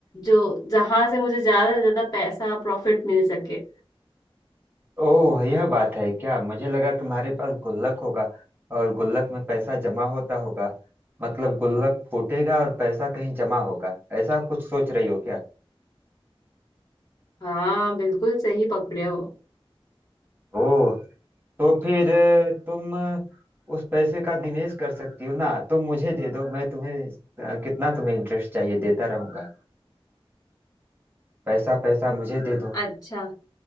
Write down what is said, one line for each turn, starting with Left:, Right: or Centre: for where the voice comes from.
Left: जो जहां से मुझे ज्यादा से ज्यादा पैसा प्रॉफिट मिल सके
Right: ओह यह बात है क्या मुझे लगा तुम्हारे पास गुल्लक होगा और गुल्लक में पैसा जमा होता होगा मतलब गुल्लक फूटेगा और पैसा कहीं जमा होगा ऐसा कुछ सोच रही हो क्या
Left: हाँ बिल्कुल सही पकड़े हो
Right: ओह तो फिर अ, तुम अ, उस पैसे का निवेश कर सकती हो ना तुम मुझे दे दो मैं तुम्हें अ, कितना तुम्हें इंटरेस्ट चाहिए देता रहूंगा पैसा पैसा मुझे दे दो
Left: अच्छा